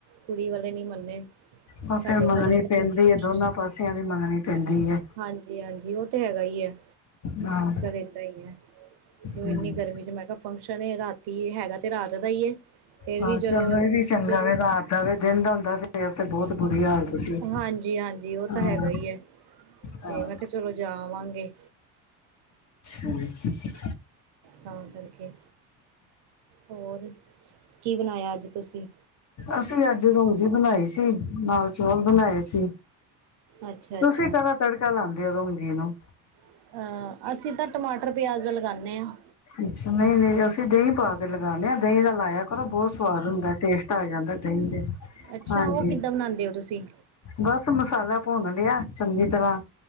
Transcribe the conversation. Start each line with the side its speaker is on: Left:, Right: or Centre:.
Right: ਕੁੜੀ ਵਾਲੇ ਨਹੀਂ ਮੰਨੇ।
Left: ਹੁਣ,
Right: ਸਾਡੇ
Left: ਫਿਰ
Right: ਵੱਲੋਂ
Left: ਮੰਨਣੀ
Right: ਤਾਂ ਕਹਿੰਦੇ
Left: ਪੈਂਦੀ
Right: ਪੂਰੀ ਕੋਸ਼ਿਸ਼
Left: ਹੈ, ਦੋਨਾਂ
Right: ਸੀ
Left: ਪਾਸਿਆਂ ਦੀ ਮੰਨਣੀ ਪੇਂਦੀ ਏ।
Right: ਹਾਂਜੀ- ਹਾਂਜੀ। ਉਹ ਤੇ, ਹੈਗਾ ਹੀ ਹੈ।
Left: ਹਾਂ।
Right: ਇਦਾਂ ਹੀ ਆ ਤੇ
Left: ਹੂੰ
Right: ਇੰਨੀ ਗਰਮੀ'ਚ ''ਮੈਂ ਕਿਹਾ ਫੰਕਸ਼ਨ ਏ, ਰਾਤੀ ਹੈਗਾ ਤੇ ਰਾਤ ਦਾ ਹੀ। ਫੇਰ
Left: ਹਾਂ।
Right: ਵੀ
Left: ਚਲੋ, ਇਹ ਵੀ ਚੰਗਾ
Right: ਜਦੋਂ
Left: ਵੇ, ਰਾਤ ਦਾ ਵੇ ਦਿਨ ਦਾ ਤੇ, ਹੁੰਦਾ ਫਿਰ ਉਥੇ ਬਹੁਤ ਬੁਰੀ ਹਾਲਤ ਸੀ।
Right: ਹਾਂਜੀ-ਹਾਂਜੀ, ਓਹ
Left: ਹਾਂ
Right: ਤੇ ਹੈਗਾ ਈ, ਏ।
Left: ਹਾਂ
Right: ਤੇ, ਮੈ ਕਿਹਾ, ਚਲੋ ਜਾਵਾਂਗੇ।
Left: ਹੂੰ <unintelligible>
Right: ਤਾਂ ਕਰਕੇ। ਹੋਰ ਕੀ ਬਣਾਇਆ ਅੱਜ ਤੁਸੀਂ
Left: ਅਸੀਂ, ਅੱਜ ਰੋਂਗੀ ਬਨਾਈ ਸੀ। ਸੀ ਨਾਲ, ਚੌਲ ਬਣਾਏ ਸੀ।
Right: ਅੱਛਾ ਅੱਛਾ
Left: ਤੁਸੀਂ ਕਾਦਾ, ਤ੍ੜਕਾ ਲਾਂਦੇ ਹੋ ਰੋਂਗੀ ਨੂੰ!
Right: ਅ ਅਸੀਂ ਤਾਂ, ਟਮਾਟਰ, ਪਿਆਜ ਦਾ ਲਗਾਂਨੇ ਆ।
Left: ਨਹੀਂ, ਨਹੀਂ, ਅਸੀਂ ਦਹੀਂ ਪਾਕੇ ਲਗਾਂਨੇ ਆ। ਦਹੀਂ ਲਗਾਯਾ ਕਹਿੰਦੇ ਬਹੁਤ ਸਵਾਦ ਹੁੰਦਾ, ਟੇਸਟ ਆ ਜਾਦਾਂ ਏ ਦਹੀਂ
Right: ਅੱਛਾ ਉਹ ਕਿੱਦਾਂ ਬਣਾਉਂਦੇ ਹੋ ਤੁਸੀਂ
Left: ਬਸ, ਮਸਾਲਾ ਭੁੰਨ ਲਿਆ ਚੰਗੀ ਤਰ੍ਹਾਂ।